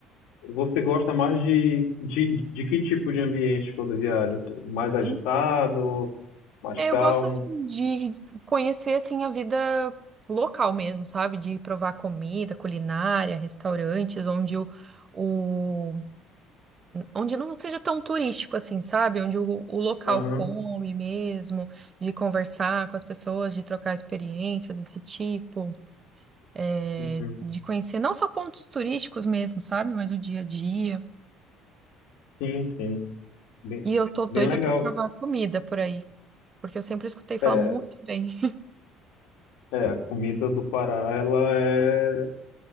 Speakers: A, on the left; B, on the right.
A: Você gosta mais de, de, de que tipo de ambiente quando viaja? Mais agitado,
B: Ah,
A: mais
B: É,
A: calmo?
B: Eu gosto assim, de conhecer assim a vida local mesmo, sabe? De provar comida, culinária, restaurantes, onde o, o- onde não seja tão turístico assim, sabe? Onde o, o local
A: Aham,
B: come mesmo, de conversar com as pessoas, de trocar experiência desse tipo, é,
A: uhum.
B: de conhecer não só pontos turísticos mesmo, sabe? Mas o dia a dia.
A: Sim, sim. Bem,
B: E eu tô doida
A: bem legal.
B: pra provar comida por aí, porque eu sempre escutei falar
A: É,
B: muito bem.
A: é, a comida do Pará, ela é